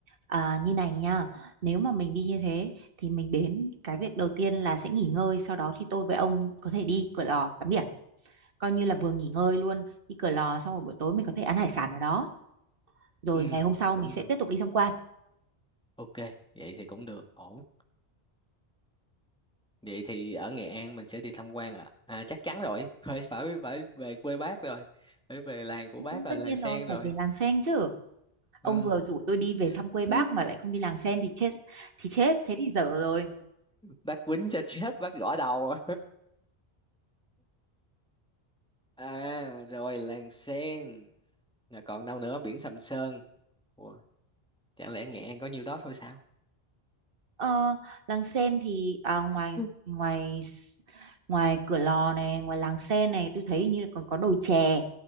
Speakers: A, on the right; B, in the centre.
A: à, như này nha nếu mà mình đi như thế thì mình đến cái việc đầu tiên là sẽ nghỉ ngơi sau đó thì tôi với ông có thể đi Cửa Lò tắm biển coi như là vừa nghỉ ngơi luôn đi Cửa Lò xong rồi buổi tối mình có thể ăn hải sản ở đó rồi
B: ừ
A: ngày hôm sau
B: cũng
A: mình sẽ
B: được
A: tiếp tục đi tham quan
B: ok vậy thì cũng được ổn vậy thì ở Nghệ An mình sẽ đi tham quan ạ à? chắc chắn rồi <laughs> phải phải phải về quê bác rồi phải về làng của
A: Ừ,
B: bác rồi
A: Tất nhiên
B: làng sen
A: rồi,
B: rồi
A: phải về làng sen chứ. Ông
B: ừ.
A: vừa rủ tôi đi về thăm quê
B: <laughs>
A: bác mà lại không đi làng sen thì chết thì chết, thế thì dở rồi.
B: bác quýnh cho chết bác gõ đầu à rồi làng sen rồi còn đâu nữa biển Sầm Sơn Ủa, chẳng lẽ Nghệ An có nhiêu đó thôi sao
A: Ờ, làng sen thì à, ngoài
B: <laughs>
A: ngoài s- ngoài cửa lò này, ngoài làng sen này tôi thấy hình như là còn có đồi chè.